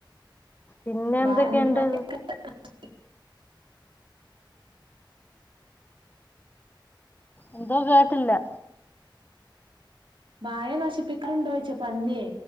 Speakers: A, on the right (about 75°); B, on the left (about 20°).
A: <unintelligible>
B: പിന്നെ എന്തൊക്കെയുണ്ട് എന്തോ കേട്ടില്ല.
A: വായ നശിപ്പിക്കാറുണ്ടോ യ്ച്ച പന്നിയെ?